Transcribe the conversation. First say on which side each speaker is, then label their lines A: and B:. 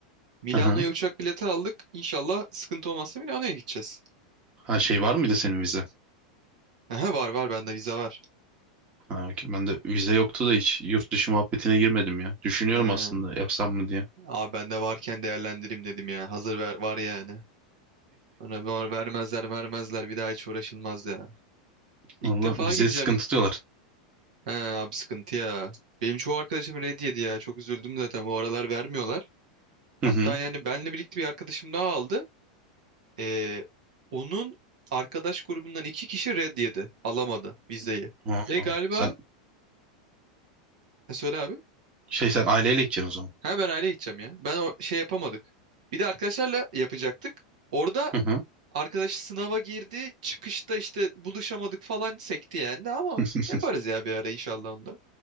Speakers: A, on the right; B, on the right.
A: Milano'ya
B: hı hı.
A: uçak bileti aldık. İnşallah sıkıntı olmazsa Milano'ya gideceğiz.
B: Ha şey var mıydı senin vize?
A: Aha, var var bende vize var.
B: Ha, okey. ben de vize yoktu da hiç yurt dışı muhabbetine girmedim ya. Düşünüyorum
A: He,
B: aslında yapsam mı diye.
A: abi bende varken değerlendireyim dedim ya. Hazır ver, var yani. Bana var vermezler vermezler bir daha hiç uğraşılmaz ya. İlk
B: Vallahi
A: defa
B: vize
A: gideceğim
B: sıkıntı diyorlar.
A: He abi sıkıntı ya. Benim çoğu arkadaşım red yedi ya. Çok üzüldüm zaten. Bu aralar vermiyorlar. Hatta
B: Hı hı.
A: yani benle birlikte bir arkadaşım daha aldı. Ee, onun arkadaş grubundan iki kişi red yedi. Alamadı vizeyi.
B: Ha,
A: Ve galiba...
B: Sen
A: Ha, söyle abi.
B: şey sen aileyle gideceksin o zaman.
A: Ha ben aileye gideceğim ya. Ben o şey yapamadık. Bir de arkadaşlarla yapacaktık. Orada
B: Hı hı.
A: Arkadaş sınava girdi. Çıkışta işte buluşamadık falan sekti yani de ama
B: <laughs>
A: yaparız ya bir ara inşallah onda.